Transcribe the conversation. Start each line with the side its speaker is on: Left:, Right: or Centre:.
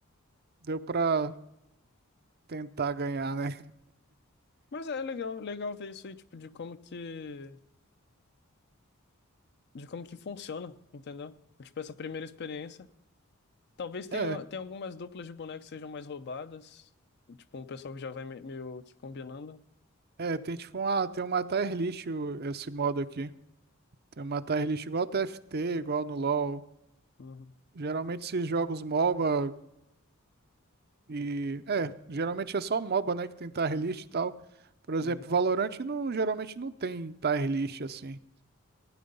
Right: deu pra tentar ganhar, né?
Left: Mas é legal, legal ver isso aí, tipo, de como que, de como que funciona, entendeu? Tipo, essa primeira experiência. Talvez tenha,
Right: É,
Left: tenha algumas duplas de bonecos que sejam mais roubadas. Tipo, um pessoal que já vai me- meio que combinando.
Right: é, tem tipo uma, tem um matar Erlich o- esse modo aqui. Tem um matar Erlich igual TFT, igual no LoL.
Left: Uhum,
Right: Geralmente esses jogos MOBA e... É, geralmente é só MOBA, né, que tem tier list e tal. Por exemplo,
Left: uhum.
Right: Valorant não, geralmente não tem tier list assim.